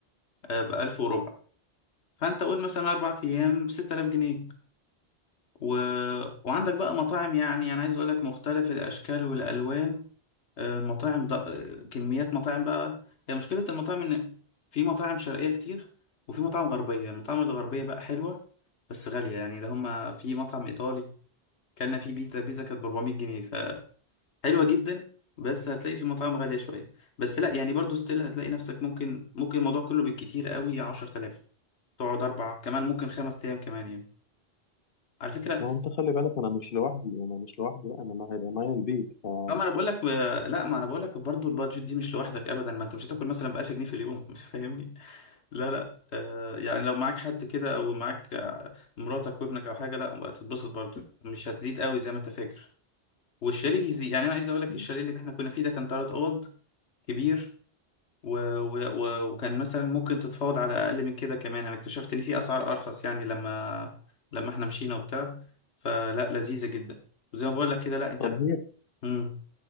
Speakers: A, on the left (about 85°); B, on the left (about 60°).
A: ألف وربع فأنت قول مثلا أربع أيام بستة آلاف جنيه و... وعندك بقى مطاعم يعني أنا عايز أقول لك مختلف الأشكال والألوان آه، المطاعم ده آه، كميات مطاعم بقى هي مشكلة المطاعم إن في مطاعم شرقية كتير وفي مطاعم غربية المطاعم الغربية بقى حلوة بس غالية يعني ده هما في مطعم إيطالي كلنا فيه بيتزا بيتزا كانت ب 400 جنيه فحلوة جدا بس هتلاقي في مطاعم غالية شوية بس لا يعني برضو ستيل هتلاقي نفسك ممكن ممكن الموضوع كله بالكتير قوي 10000 تقعد أربع كمان ممكن خمس أيام كمان يعني على فكرة
B: ما هو انت خلي بالك انا مش لوحدي انا مش لوحدي بقى انا ما هيبقى معايا البيت ف آه.
A: لا ما أنا بقول لك لا ما أنا بقول لك برضو البادجت دي مش لوحدك أبدا ما أنت مش هتاكل مثلا ب 1000 جنيه في اليوم <laughs> مش فاهمني لا لا آه يعني لو معاك حد كده او معاك آه، مراتك وابنك او حاجه لا بقى تتبسط برضو مش هتزيد قوي زي ما انت فاكر والشاليه يزيد يعني انا عايز اقول لك
B: مم.
A: الشاليه اللي احنا كنا فيه ده كان ثلاث اوض كبير و... و... و... وكان مثلا ممكن تتفاوض على اقل من كده كمان انا اكتشفت ان في اسعار ارخص يعني لما لما احنا مشينا وبتاع فلا لذيذه جدا وزي ما بقول لك كده لا انت
B: طب هي
A: مم.